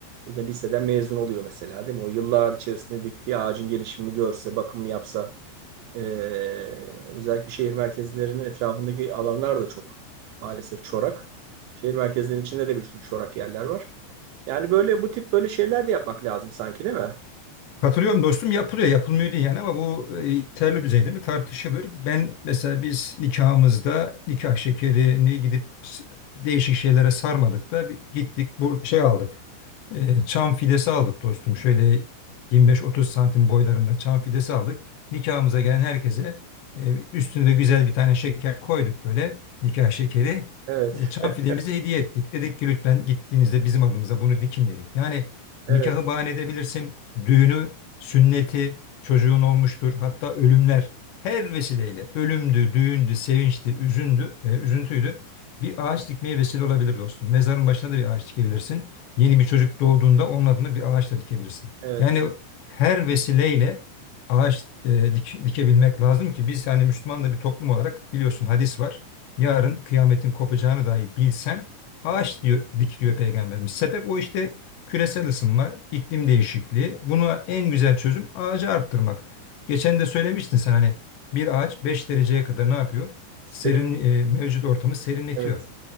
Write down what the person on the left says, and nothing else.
Katılıyorum dostum yapılıyor yapılmıyor değil yani ama bu e, yeterli düzeyde mi tartışılır. Ben mesela biz nikahımızda nikah şekerini gidip s- değişik şeylere sarmadık da bir gittik bu şey aldık. E, çam fidesi aldık dostum şöyle 25-30 santim boylarında çam fidesi aldık. Nikahımıza gelen herkese e, üstüne de güzel bir tane şeker koyduk böyle nikah şekeri.
E, çam
fidemizi hediye ettik. Dedik ki lütfen gittiğinizde bizim adımıza bunu dikin dedik. Yani
nikahı bahane edebilirsin. Düğünü sünneti çocuğun olmuştur. Hatta ölümler her vesileyle ölümdü, düğündü, sevinçti, üzündü, e, üzüntüydü. Bir ağaç dikmeye vesile olabilir dostum. Mezarın başına da bir ağaç dikebilirsin. Yeni bir çocuk doğduğunda onun adına bir ağaç da dikebilirsin.
Yani her vesileyle ağaç e, dik- dikebilmek lazım ki biz yani Müslüman da bir toplum olarak biliyorsun hadis var. Yarın kıyametin kopacağını dahi bilsen ağaç
diyor dik diyor peygamberimiz. Sebep o işte küresel ısınma, iklim değişikliği. Buna en güzel çözüm ağacı arttırmak. Geçen de söylemiştin sen hani bir ağaç 5 dereceye kadar ne yapıyor?
Serin, e, mevcut ortamı serinletiyor.